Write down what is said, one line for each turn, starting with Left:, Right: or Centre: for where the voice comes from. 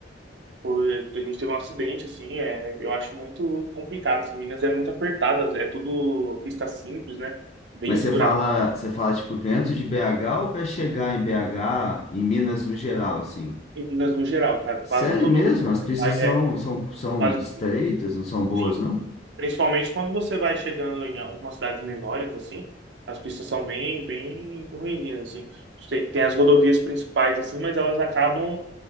Right: foi- a gente teve um acidente, assim, é, eu acho muito complicado, assim, Minas é muito apertada, é tudo pista simples, né? Bem
Left: Mas
Right: esburacada.
Left: você fala, você fala tipo dentro de BH ou para chegar em BH, em Minas no geral, assim?
Right: meninas no geral, cara.
Left: Sério
Right: Quase todo.
Left: mesmo? As pistas
Right: É,
Left: são,
Right: é,
Left: são, são
Right: quase,
Left: estreitas,
Right: tudo.
Left: não são boas,
Right: sim.
Left: não?
Right: Principalmente quando você vai chegando em algumas cidades menores, assim, as pistas são bem, bem ruinzinhas, assim. Tem, tem as rodovias principais, assim, mas elas acabam